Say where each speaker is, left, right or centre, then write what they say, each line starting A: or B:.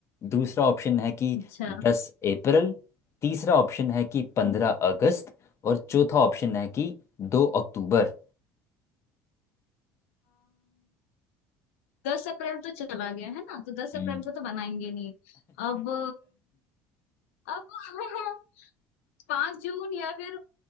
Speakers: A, on the left (about 40°); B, on the left (about 85°).
A: दूसरा ऑप्शन है कि
B: अच्छा
A: दस अप्रैल तीसरा ऑप्शन है कि पंद्रह
B: अम्म,
A: अगस्त और चौथा ऑप्शन है कि दो अक्टूबर
B: दस अप्रैल तो चला गया है ना तो दस
A: हम्म,
B: अप्रैल को तो बनाएंगे नहीं अब अब <laughs> पांच जून या फिर